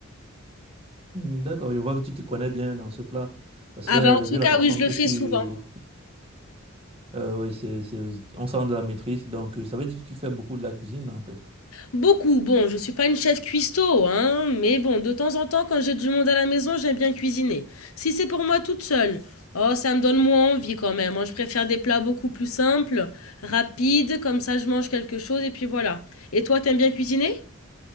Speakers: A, on the right (about 30°); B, on the left (about 85°).
A: Mm, d'accord, je vois que tu te connais bien dans ce plat. Parce
B: Ah
A: que euh,
B: bah en tout
A: vu
B: cas,
A: la façon
B: oui, je
A: que
B: le fais
A: tu...
B: souvent.
A: euh, oui, c'est, c'est- on sent de la maîtrise. Donc, euh, ça veut dire que tu fais beaucoup de la cuisine, en fait.
B: Beaucoup. Bon, je suis pas une chef cuistot, hein, mais bon, de temps en temps, quand j'ai du monde à la maison, j'aime bien cuisiner. Si c'est pour moi toute seule, oh, ça me donne moins envie quand même. hein. Je préfère des plats beaucoup plus simples, rapides, comme ça je mange quelque chose et puis voilà. Et toi, t'aimes bien cuisiner?